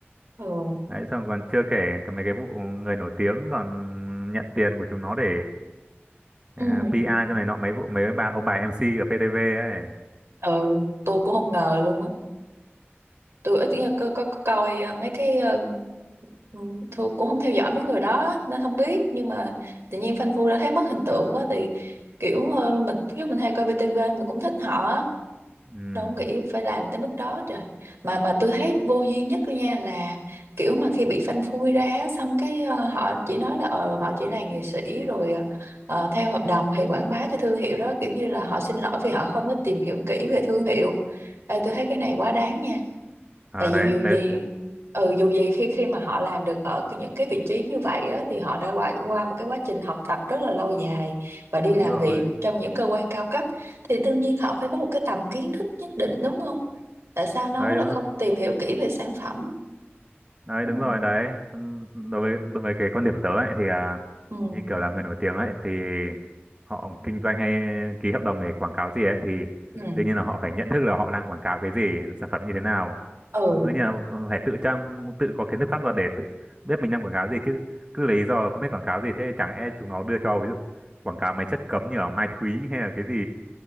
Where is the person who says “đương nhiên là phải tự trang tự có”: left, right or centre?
Right